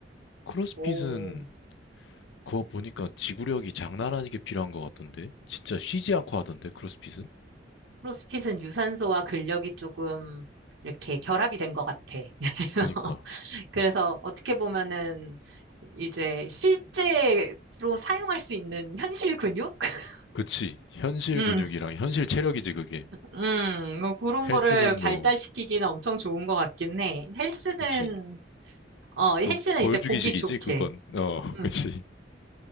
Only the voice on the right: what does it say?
오,
크로스핏은 유산소와 근력이 조금 이렇게 결합이 된 것 같아. <laughs>
그래서 어떻게 보면은 이제 실제로 사용할 수 있는 현실 근육? <laughs>
음,
음, 뭐 그런
거를 발달시키기는
엄청 좋은 것 같긴 해. 헬스는,
어, 헬스는
이제 보기 좋게.
음,